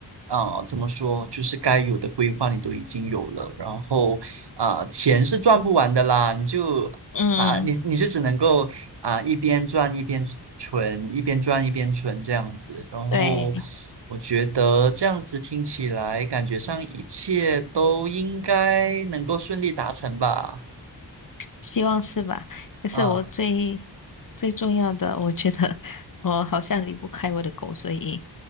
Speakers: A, on the right; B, on the left.
A: 啊、怎么说，就是该有的规划你都已经有了。然后啊、钱是赚不完的啦，你就啊，
B: 嗯
A: 你你就只能够啊一边赚一边存，一边赚一边存这样子。然后
B: 对，
A: 我觉得这样子听起来，感觉上一切都应该能够顺利达成吧。
B: 希望是吧？可是我最
A: 嗯，
B: 最重要的，我觉得我好像离不开我的狗，所以